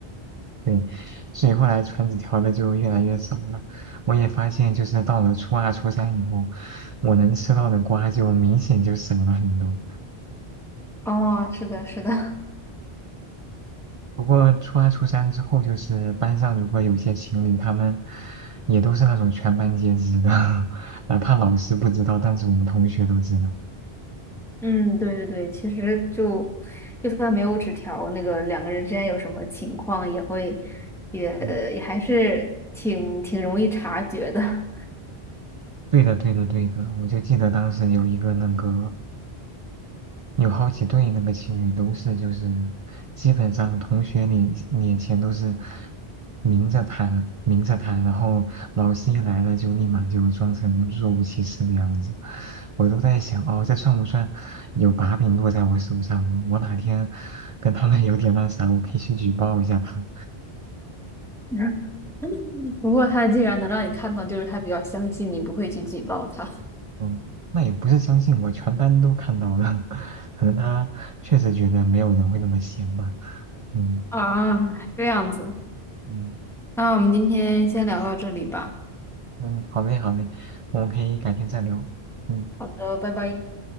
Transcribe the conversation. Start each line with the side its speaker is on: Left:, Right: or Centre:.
Right: 对，所以后来传纸条的就越来越少了。我也发现，就是到了初二、初三以后，我能吃到的瓜就明显就少了很多。
Centre: 哦，是的，是的，
Right: 不过初二、初三之后，就是班上如果有些情侣，他们也都是那种全班皆知的，<laughs> 哪怕老师不知道，但是我们同学都知道。
Centre: <laughs> 嗯，对对对，其实就就算没有纸条，那个两个人之间有什么情况，也会也也还是挺挺容易察觉的。
Right: 嗯对的，对的，对的，我就记得当时有一个那个，有好几对那个情侣都是，就是基本上同学脸脸前都是明着谈，明着谈，然后老师一来了就立马就装成若无其事的样子。我都在想，哦，这算不算有把柄落在我手上呢？我哪天跟他们 <laughs> 有点那啥，我可以去举报一下他。
Centre: 嗯，不过他既然能让你看到，就是他比较相信你不会去举报他。
Right: 嗯，那也不是相信我，全班都看到了，<laughs> 可能他确实觉得没有人会那么闲吧。嗯
Centre: 啊，这样子，
Right: 嗯
Centre: 那我们今天先聊到这里吧。
Right: 嗯，好嘞好嘞，我们可以改天再聊。嗯，
Centre: 好的，拜拜。